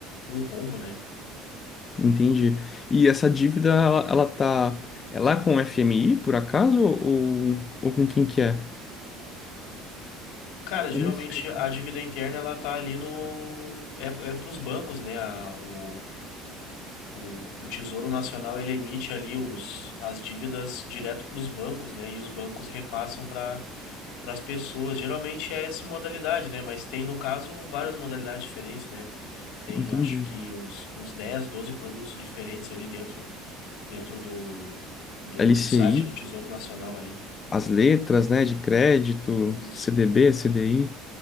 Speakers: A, on the left (about 80°); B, on the left (about 25°).
A: um rombo, né?
B: Entendi. E essa dívida ela, ela tá, é lá com o FMI, por acaso, ou, ou com quem que é?
A: Cara,
B: Eu
A: geralmente
B: não sei.
A: a dívida interna ela tá ali no é, é para os bancos, né? A, o O, o Tesouro Nacional ele emite ali os, as dívidas direto para os bancos, né? E os bancos repassam para para as pessoas. Geralmente é essa modalidade, né? Mas tem, no caso, várias modalidades diferentes, né? Tem,
B: Entendi.
A: acho que uns, uns 10 12 produtos diferentes ali dentro, dentro do, do,
B: LCI?
A: do site do Tesouro Nacional ali.
B: as letras, né, de crédito,
A: Isso.
B: CDB, CDI.